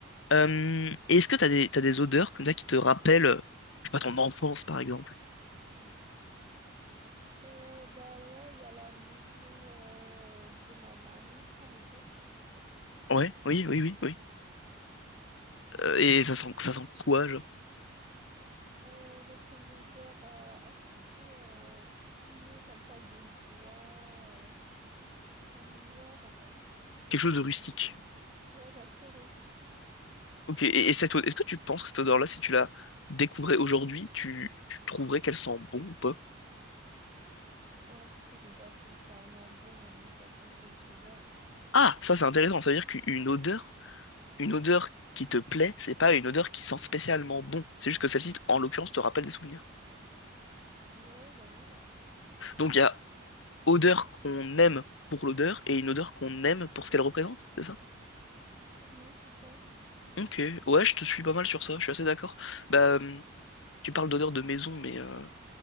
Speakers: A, on the left; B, on the right.
A: Euh, et est-ce que t'as des, t'as des odeurs comme ça qui te rappellent, euh, je sais pas, ton enfance par exemple?
B: Euh, bah ouais, il y a la maison euh, de ma mamie, par exemple.
A: Ouais, oui, oui, oui, oui. Euh, et
B: Donc,
A: ça sent, ça sent quoi, genre?
B: euh, bah, c'est une odeur euh, assez euh, fumée, comme ça, de bois, euh, un mélange en fait.
A: Quelque chose de rustique.
B: Ouais, d'assez rustique.
A: Ok, et, et cette, odeur est-ce que tu penses que cette odeur-là, si tu la découvrais aujourd'hui, tu, tu trouverais qu'elle sent bon ou pas?
B: Bah, ça sentait pas spécialement bon, mais ça sentait chez elle.
A: Ah, ça c'est intéressant, ça veut dire qu'une odeur une odeur qui te plaît, c'est pas une odeur qui sent spécialement bon. C'est juste que celle-ci, en l'occurrence, te rappelle des souvenirs.
B: Ouais, bah oui, bien sûr.
A: Donc il y a odeur qu'on aime pour l'odeur et une odeur qu'on aime pour ce qu'elle représente, c'est ça?
B: Oui, c'est ça.
A: Ok, ouais, je te suis pas mal sur ça, je suis assez d'accord. Bah, hum, tu parles d'odeur de maison, mais euh,